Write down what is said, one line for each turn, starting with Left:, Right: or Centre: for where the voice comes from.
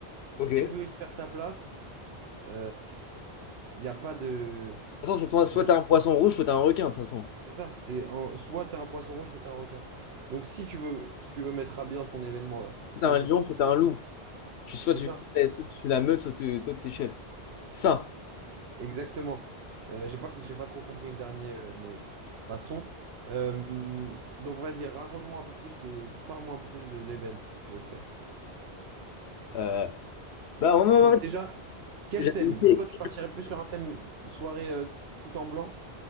Right: Si
Left: Ok. De
Right: tu veux
Left: toute
Right: y faire ta place, il n'y a pas de...
Left: façon, c'est soit, soit
Right: Le-
Left: t'es un poisson rouge, soit t'es un requin, de toute façon.
Right: C'est ça, c'est en- soit t'as un poisson rouge, soit t'as un requin. Donc si tu veux, si tu veux mettre à bien ton événement là,
Left: Soit
Right: tu
Left: t'es un
Right: veux qu'il
Left: lion,
Right: se...
Left: soit t'es un loup. Tu, soit
Right: C'est
Left: tu,
Right: ça?
Left: tu, tu la meute, soit tu- toi, t'es chef. Ça.
Right: Exactement. Euh, j'ai pas, j'ai pas trop compris le dernier, euh, mais passons. Euh, donc vas-y, raconte-moi un peu plus de, parle-moi un peu plus de l'event que tu veux faire.
Left: Euh, bah, on-
Right: Donc
Left: on-
Right: déjà, quel
Left: J'habitais-
Right: thème? Toi, tu partirais plus sur un thème soirée euh, tout en blanc?